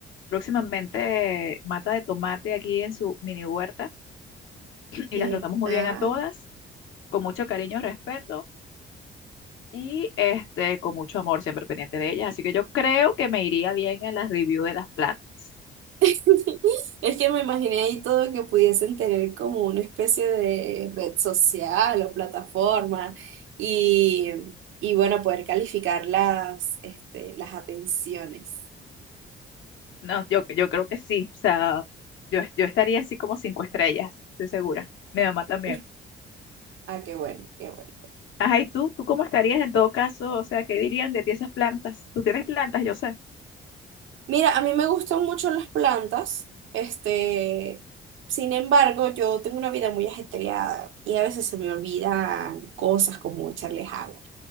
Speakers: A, on the left; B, on the right.
A: próximamente mata de tomate aquí en su mini huerta <clears throat> y
B: ¿qué
A: las tratamos muy
B: tal?
A: bien a todas, con mucho cariño y respeto. y este, con mucho amor, siempre pendiente de ellas. Así que yo creo que me iría bien en las review de las plantas.
B: <laughs> Es que me imaginé ahí todo que pudiesen tener como una especie de red social o plataforma y, y bueno, poder calificar las, este, las atenciones.
A: No, yo, yo creo que sí. O sea, yo, yo estaría así como cinco estrellas, estoy segura. Mi mamá también.
B: <laughs> Ah, qué bueno, qué bueno.
A: Ajá, ¿y tú? ¿Tú cómo estarías en todo caso? O sea, ¿qué dirían de ti esas plantas? Tú tienes plantas, yo sé.
B: Mira, a mí me gustan mucho las plantas, este, sin embargo, yo tengo una vida muy ajetreada y a veces se me olvidan cosas como echarles agua.